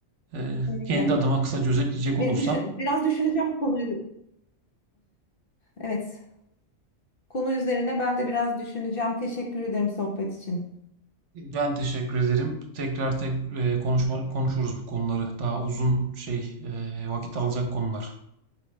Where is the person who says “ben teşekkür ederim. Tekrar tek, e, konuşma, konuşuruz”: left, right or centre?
Right